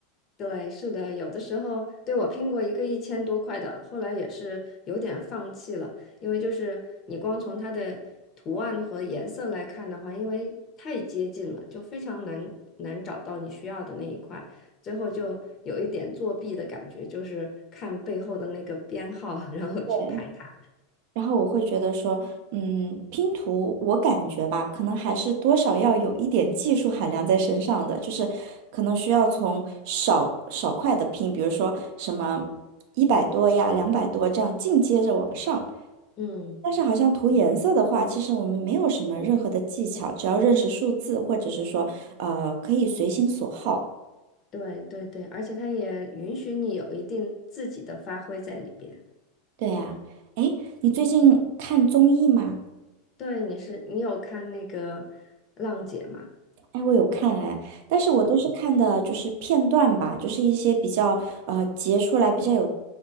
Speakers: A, on the left; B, on the right.
A: 对，是的，有的时候，对，我拼过一个一千多块的，后来也是有点放弃了，因为就是你光从它的图案和颜色来看的话，因为太接近了，就非常难难找到你需要的那一块，最后就有一点作弊的感觉，就是看背后的那个编号，<laughs> 然后去排它。
B: 对，然后我会觉得说，嗯，拼图我感觉吧，可能还是多少要有一点技术含量在身上的，就是可能需要从少少块的拼，比如说什么一百多呀、两百多这样进阶着往上。
A: 嗯，
B: 但是好像涂颜色的话，其实我们没有什么任何的技巧，只要认识数字，或者是说，呃，可以随心所好。
A: 对对对，而且它也允许你有一定自己的发挥在里边。
B: 对呀，哎，你最近看综艺吗？
A: 对，你是你有看那个浪姐吗？
B: 哎，我有看哎，但是我都是看的就是片段吧，就是一些比较呃截出来比较有